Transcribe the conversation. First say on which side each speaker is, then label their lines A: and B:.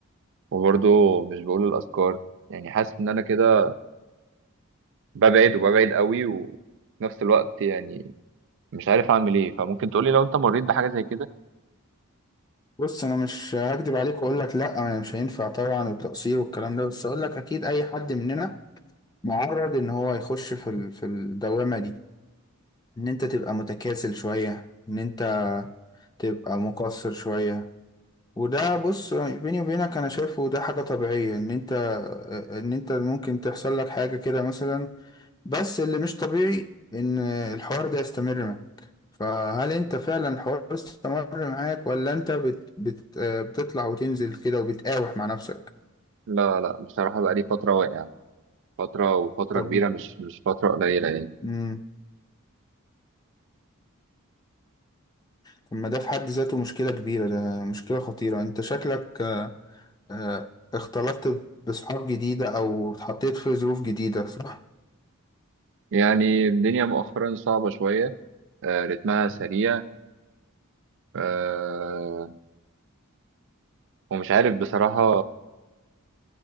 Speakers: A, on the right (about 60°); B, on the left (about 20°).
A: وبرضه مش بقول الاذكار يعني حاسس ان انا كده ببعد وببعد قوي وفي نفس الوقت يعني مش عارف اعمل ايه فممكن تقولي لو انت مريت بحاجه زي كده
B: بص انا مش هكدب عليك واقول لك لا انا مش هينفع طبعا والتقصير والكلام ده بس اقول لك اكيد اي حد مننا معرض ان هو يخش في ال... في الدوامة دي ان انت تبقى متكاسل شوية ان انت تبقى مقصر شوية وده بص بيني وبينك انا شايفه ده حاجة طبيعية ان انت ان انت ممكن تحصل لك حاجة كده مثلا بس اللي مش طبيعي ان الحوار ده يستمر معاك فهل انت فعلا الحوار استمر معاك ولا انت بت بت آه، بتطلع وتنزل كده وبتقاوح مع نفسك
A: لا لا بصراحه بقى لي فتره واقع فترة وفترة
B: طب
A: كبيرة مش مش فترة قليلة يعني
B: امم طب ما ده في حد ذاته مشكلة كبيرة ده مشكلة خطيرة انت شكلك آه، آه، اختلطت بصحاب جديدة او اتحطيت في ظروف جديدة صح
A: يعني الدنيا مؤخرا صعبة شوية آه، رتمها سريع آه، ومش عارف بصراحة